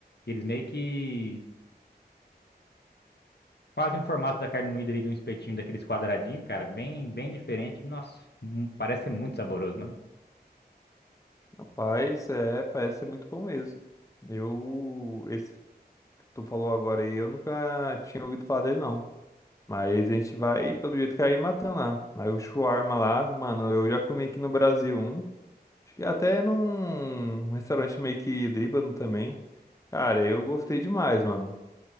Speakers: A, on the left; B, on the left.
A: E eles meio que fazem o formato da carne moída ali de um espetinho daqueles quadradinhos, cara, bem, bem diferente. Nossa, hum, parece ser muito saboroso, mano.
B: Rapaz, é, parece ser muito bom mesmo. Eu, esse que tu falou agora aí, eu nunca tinha ouvido falar dele, não. Mas a gente vai, pelo jeito que aí, matando lá. Aí o shawarma lá, mano, eu já comi aqui no Brasil um. Acho que Até num restaurante meio que líbano também. Cara, eu gostei demais, mano.